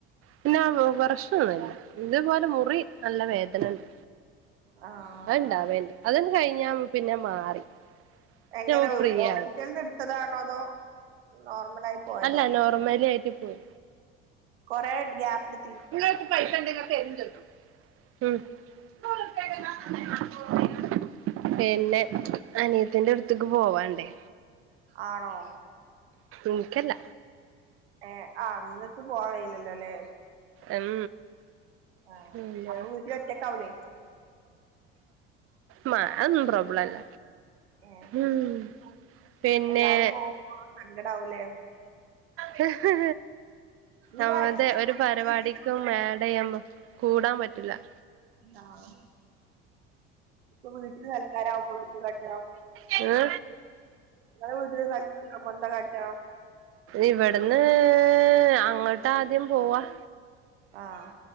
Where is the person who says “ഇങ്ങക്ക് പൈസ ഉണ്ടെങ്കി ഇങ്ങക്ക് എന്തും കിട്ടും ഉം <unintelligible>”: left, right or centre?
Right